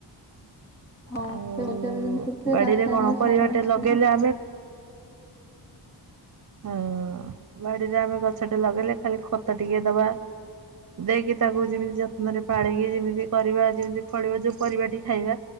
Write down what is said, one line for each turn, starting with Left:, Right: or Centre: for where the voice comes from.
Left: ହଁ
Right: ଆଉ
Left: ସେ ବଜାର ଜିନିଷ ତ
Right: ବାଡିରେ
Left: ରାସାୟନିକ
Right: କଣ ପରିବାଟେ
Left: ସାର ମିଶୁଛି
Right: ଲଗେଇଲେ ଆମେ ହଁ ବାଡିରେ ଆମେ ଗଛ ଟିଏ ଲଗେଇଲେ ଖାଲି ଖତ ଟିକେ ଦବା। ଦେଇକି ତାକୁ ଯେମିତି ଯତ୍ନରେ ପାଳିକି ଯେମିତି କରିବା ଯେମିତି ଫଳିବା ଯୋଉ ପରିବାଟି ଖାଇବା।